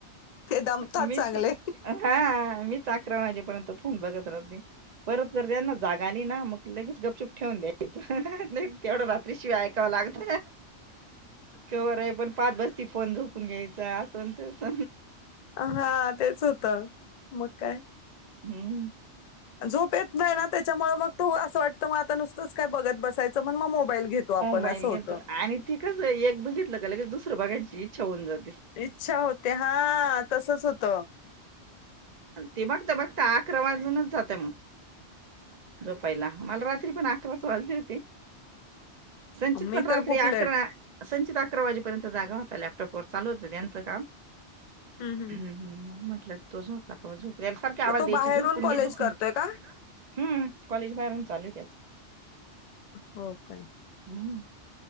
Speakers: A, on the left; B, on the right.
A: ते दमतात
B: मीच
A: चांगले
B: हा मीच अकरा वाजेपर्यंत फोन बघत राहदी, परत तर त्यांना जागाली ना मग लगेच गपचूप ठेवून द्याच नाही तर, तेवढं रात्री शिवाय ऐकावं लागत खर आहे, पण पाच बजती फोन झोप, आपण घ्यायच असन तस
A: हा तेच होत मग काय,
B: हम्म
A: झोप येत नाही ना त्याच्यामुळे मग तू असं वाटतं मग आता नुसतंच काय बघत बसायचं मग मग मोबाईल घेतो आपण
B: बाईल
A: असं होतं
B: घेतो आणि, ती कसं एक बघितलं की दुसं बघायची इच्छा होऊन जात.
A: इच्छा होते हा तसच होत,
B: ते बघता बघता अकरा वाजूनच जातं मग झोपायला मला, पण अकरा वाजले होते संचित
A: मी
B: पण रात्री
A: तर खूप लेट
B: अकरा, संचित अकरा वाजेपर्यंत जागा होता लॅपटॉपवर चालू होत. त्यांचं काम,
A: मग
B: हम हम मग म्हटलंय तो झोपला का झोप, त्यालसारखी आवाज
A: तो
B: द्यायची
A: बाहेरून
B: झोपून
A: कॉलेज
B: घे झोपून
A: करतोय
B: घ,
A: का
B: हम्म कॉलेज बाहेरून चालू त्याच,
A: हो काय
B: हम्म